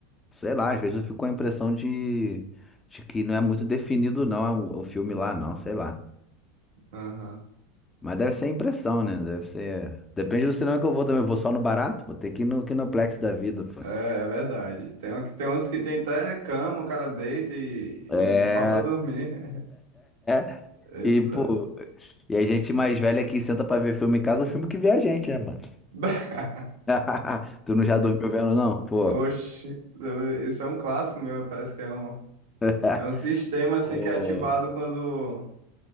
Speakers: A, on the left; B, on the right.
A: sei lá, às vezes eu fico com a impressão de, de que não é muito definido, não, é o o filme lá, não, sei lá.
B: Aham.
A: Mas deve ser impressão, né? Deve ser. Depende do cinema que eu vou também. Eu vou só no barato, vou ter que ir no Kinoplex da vida, pô.
B: É, é verdade. Tem, um- tem uns que tem até cama, o cara deita e,
A: É.
B: e falta dormir.
A: <laughs>
B: <laughs> Esses-
A: E, pô, e a gente mais velha que senta pra ver filme em casa, o filme que vê a gente, né, mano?
B: <laughs>
A: <laughs> Tu não já dormiu vendo, não? Pô.
B: Oxe, isso é um clássico meu. Parece que é um,
A: <laughs>
B: é um sistema assim
A: Ô,
B: que é ativado quando,